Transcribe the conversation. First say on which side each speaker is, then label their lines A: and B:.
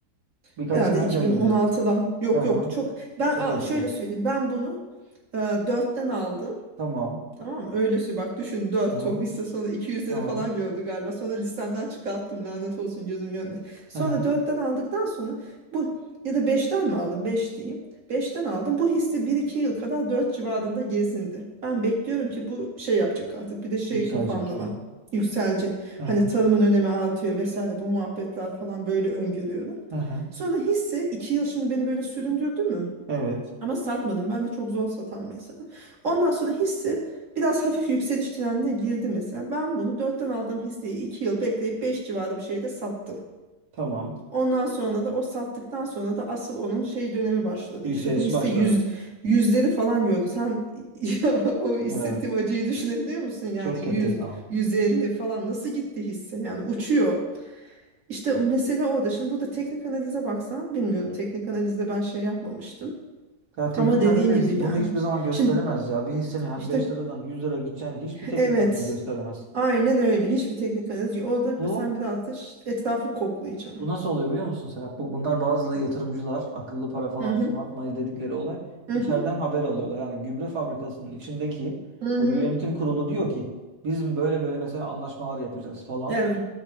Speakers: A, on the right (about 65°); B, on the right (about 45°).
A: Birkaç
B: herhalde
A: sene önce
B: 2016'la.
A: miydi?
B: Yok
A: Hı hı.
B: yok çok. Ben
A: Çok
B: a-
A: eski.
B: şöyle söyleyeyim. Ben bunu e, 4'ten aldım.
A: Tamam.
B: Tamam öylesi bak düşün dört
A: Hı hı.
B: o hisse sonra iki yüzleri
A: Tamam.
B: falan gördü galiba. Sonra listemden çıkarttım lanet olsun gözüm görmedi. Sonra
A: Hı hı.
B: dörtten aldıktan sonra bu ya da beşten mi aldım 5 diyeyim. beşten aldım bu hisse bir iki yıl kadar 4 civarında gezindi. Ben bekliyorum ki bu şey yapacak artık bir de şey
A: Yükselecek
B: kafamda
A: gibi.
B: var yükselecek.
A: Hı hı.
B: Hani tarımın önemi artıyor vesaire bu muhabbetler falan böyle öngörüyorum.
A: Hı hı.
B: Sonra hisse 2 yıl şimdi beni böyle süründürdü mü?
A: Evet.
B: Ama satmadım. Ben de çok zor satan bir insanım. Ondan sonra hisse biraz hafif yükseliş trendine girdi mesela. Ben bunu dörtten aldığım hisseyi 2 yıl bekleyip 5 civarı bir şeyde sattım.
A: Tamam.
B: Ondan sonra da o sattıktan sonra da asıl onun şey dönemi başladı.
A: Yükselişi
B: İşte bu hisse
A: başladı.
B: yüz, yüzleri falan gördü. Sen <laughs> ya, o hissettiğim
A: Evet.
B: acıyı düşünebiliyor musun? Yani
A: Çok
B: 100
A: kötü ya.
B: 150 falan nasıl gitti hisse? Yani uçuyor. İşte mesele orada. Şimdi burada teknik analize baksan bilmiyorum. Teknik analizde ben şey yapmamıştım.
A: Ya teknik
B: Ama dediğin
A: analiz
B: gibi
A: bunu
B: yani.
A: hiçbir zaman gösteremez
B: Şimdi
A: ya. Bir hisseni hani
B: işte
A: 5 liradan 100 lira gideceğini hiçbir teknik
B: evet.
A: analiz gösteremez.
B: Aynen öyle. Hiçbir teknik analiz yok. O da
A: Bu
B: sen biraz da ş- etrafı koklayacaksın.
A: Bu nasıl oluyor biliyor musun Serap? Bu, bunlar bazı yatırımcılar, akıllı para falan,
B: Hı hı.
A: smart money dedikleri olay
B: Hı
A: içeriden
B: hı.
A: haber alıyorlar. Yani gübre fabrikasının içindeki
B: Hı
A: o
B: hı.
A: yönetim kurulu diyor ki bizim böyle böyle mesela anlaşmalar yapacağız falan.
B: Evet.